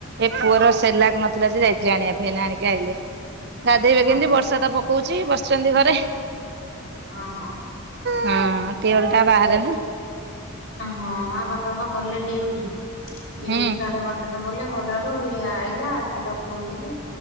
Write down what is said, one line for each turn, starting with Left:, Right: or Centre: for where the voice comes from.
Right: ଏ ପୁଅର ସେର୍ଲାକ ନଥିଲା ଯେ, ଯାଇଥିଲେ ଆଣିବା ପାଇଁ ଏଇନା ଆଣିକି ଆଇଲେ। ଗାଧୋଇବେ
Left: ହଁ
Right: କେମିତି, ବର୍ଷା ତ ପକଉଛି ବସିଛନ୍ତି ଘରେ।
Left: ଅଁ- ହଁ।
Right: ହଁ ଟ୍ଯୁବଲ ଟା ବାହାରେ ନା।
Left: ହଁ ଆ ବାପା ବା ଗଲେ ଡିଉଟି। ଡିଉଟି
Right: ହୁଁ
Left: ସାଢେ ବାର <unintelligible> ରେ ଗଲେ ଗଲାଡୁ ଇଏ ଆଇଲା, ସେ ତାକୁ ଖୋଇଦେଲି